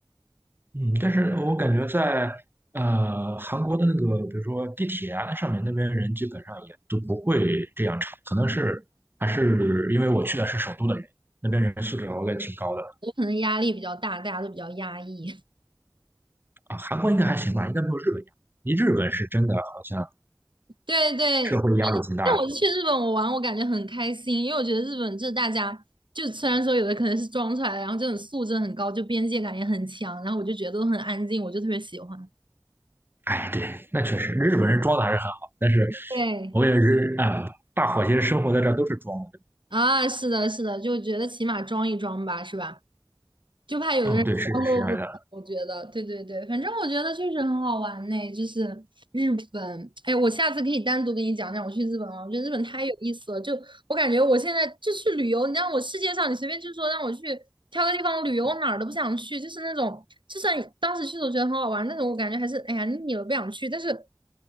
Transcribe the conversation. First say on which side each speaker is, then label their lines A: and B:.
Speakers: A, on the right (about 25°); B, on the right (about 80°).
A: 嗯，但是我感觉在呃韩国的那个，比如说地铁啊，那上面那边人基本上也都不会这样吵，可能是还是因为我去的是首都的原因，那边人素质我感觉挺高的
B: 我可能压力比较大，大家都比较压抑。
A: 啊，韩国应该还行吧，应该没有日本压力，日本是真的好像
B: 对对，
A: 社会压力挺大的。
B: 但我去日本我玩，我感觉很开心，因为我觉得日本就是大家，就虽然说有的可能是装出来的，然后这种素质很高，就边界感也很强，然后我就觉得都很安静，我就特别喜欢。
A: 哎，对，那确实，日本人装的还是很好，但是
B: 对，
A: 我也是啊，大伙其实生活在这儿都是装的。
B: 啊，是的，是的，就觉得起码装一装吧，是吧？就怕有的人消作不懂，
A: 嗯，对，是是这样的。
B: 我觉得，对对对，反正我觉得确实很好玩呢，就是日本，哎，我下次可以单独跟你讲讲我去日本啊，我觉得日本太有意思了，就我感觉我现在就去旅游，你让我世界上你随便就说让我去挑个地方旅游，我哪儿都不想去，就是那种，就算你当时去的时候觉得很好玩，那种我感觉还是哎呀腻了不想去，但是。